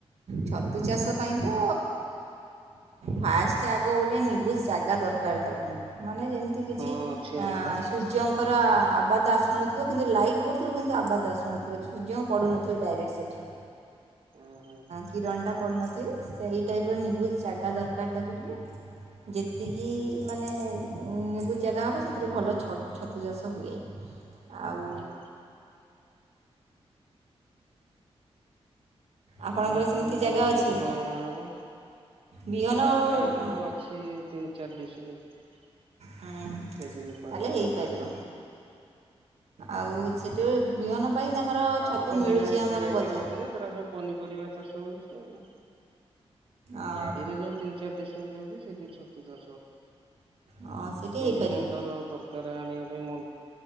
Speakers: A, on the right; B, on the right.
A: ଛତୁ ଚାଷ ତା ପାଇଁ ତ ଫାଷ୍ଟ ଆଗ ଗୋଟେ ନିବୁଜ ଜାଗା ଦରକାର ତାକୁ ମାନେ ଯେମିତି କିଛି
B: ହଁ ଅଛି ଆମର।
A: ସୂର୍ଯ୍ୟଙ୍କର ପୁରା ଆବାଦ ଆସୁନଥିବ କିନ୍ତୁ ଲାଇଟ୍ ପଢୁଥିବ କିନ୍ତୁ ଆବାଦ ଆସୁନଥିବ ସ ଯେ ପଢ଼ୁନଥିବେ ଡାଇରେକ୍ଟ ସେଇଠି
B: ଓହୋ
A: କିରଣଟା ପନ ଏଇ ଟାଇପ୍ର ନୁଜ୍ ଜାଗା ଦରକାର ତାକୁ ଟିକେ ଯେତିକି ମାନେ ିବୁଜ୍ ଜାଗା ହେବ ସେଥିରେ ଭଲ ଛତୁ ଚାଷ ହୁଏ। ଆଉ
B: ହଁ। ଆଉ
A: ଆପଣଙ୍କର
B: କଣ କେମିତି
A: ସେମିତି
B: ତାର
A: ଜାଗା
B: ବିହନ
A: ଅଛି
B: ଅଣାହବ
A: ବିହନ
B: ଜାଗା ଆମର ଅଛି ତିନି ଚାରି ଡିଶମିଟ ସେଦ
A: ହୁଁ
B: କରିବା
A: ତାହେଲେ ହେଇପାରିବ।
B: ପାଇଁ ବାଡିରେ
A: ଆଉ ସେଠ ବିହନ ପାଇଁ ତାଙ୍କର
B: ଆଉ
A: ଛତୁ
B: ତ
A: ମିଳୁଛି
B: ହେଣେ ଏକେରେ
A: ଆମର
B: ଏକେରେ
A: ବଜାର।
B: ଅଛି ଯେ ସେଟା ସବୁ ପନିରିବା। ଚାଷ ହଉଛି ଆଉ।
A: ଓହୋ
B: ବାଡିରେ ଯୋଉ ତିନି ଚାରି ଦିଶ ମିଳଛି। ସେଠି ଛତୁ ଚା
A: ହଁ ସେଇଠି
B: କେମତି
A: ହେଇପାରିବ।
B: କଣ ତାର ଦରକାର ଆଣିବା ପାଇଁ ମ